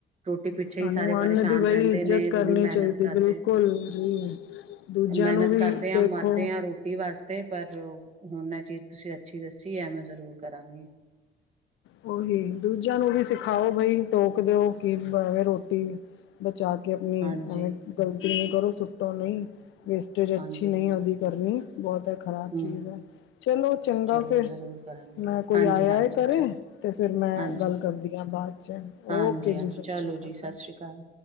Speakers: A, on the right; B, on the left.
A: ਰੋਟੀ ਪਿੱਛੇ
B: ਸਾਨੂੰ
A: ਹੀ ਸਾਰੇ ਪਰੇਸ਼ਾਨ
B: ਅੰਨ ਦੀ ਬਈ
A: ਰੈਂਦੇ
B: ਇੱਜ਼ਤ
A: ਨੇ ਇਨੀ
B: ਕਰਨੀ
A: ਮਿਹਨਤ
B: ਚਾਹੀਦੀ
A: ਕਰਦੇ।
B: ਬਿਲਕੁਲ ਜੀ ਦੂਜਿਆਂ
A: ਮਿਹਨਤ
B: ਨੂੰ ਵੀ
A: ਕਰਦੇ ਹਾਂ
B: ਦੇਖੋ
A: ਮਰਦੇ ਹਾਂ ਰੋਟੀ ਰੋਟੀ ਵਾਸਤੇ ਪਰ ਹੁਣ ਨਾ ਚੀਜ਼ ਤੁਸੀਂ ਅੱਛੀ ਦੱਸੀ ਐ ਮੈਂ ਜ਼ਰੂਰ ਕਰਾਂਗੀ।
B: ਉਹੀ ਦੂਜਿਆਂ ਨੂੰ ਵੀ ਸਿਖਾਓ ਬਈ ਟੋਕ ਦਿਓ ਕਿਵੇਂ <unintelligible> ਰੋਟੀ ਬਚਾ ਕੇ ਆਪਣੀ
A: ਹਾਂਜੀ
B: ਐਵੇਂ ਗਲਤੀ ਨਈ ਕਰੋ ਸੁੱਟੋ ਨਈ ਵੇਸ
A: ਹਾਂਜੀ
B: ਅੱਛੀ ਨਈ
A: ਹਾਂਜੀ
B: ਉਦੀ ਕਰਨੀ ਬੋਤ ਐ ਖ਼ਰਾਬ
A: ਹਮ
B: ਚੀਜ਼ ਐ। ਚਲੋ ਚੰਗਾ
A: ਚਲੋ
B: ਫਿਰ
A: ਜ਼ਰੂਰ ਕਰਾਂਗੀ
B: ਮੈਂ
A: ਹਾਂਜੀ
B: ਕੋਈ ਆਇਆ
A: ਹਾਂਜੀ
B: ਕਰੇ।
A: ਚਲੋ
B: ਤੇ ਫਿਰ ਮੈਂ
A: ਹਾਂਜੀ
B: ਗੱਲ ਕਰਦੀ ਆਂ ਬਾਦ 'ਚ
A: ਹਾਂਜੀ
B: ਓਕੇ
A: ਹਾਂਜੀ
B: ਜੀ ਸਤਿ
A: ਚਲੋ
B: ਸ਼੍ਰੀ ਅਕਾਲ।
A: ਜੀ ਸਤਿ ਸ਼੍ਰੀ ਅਕਾਲ।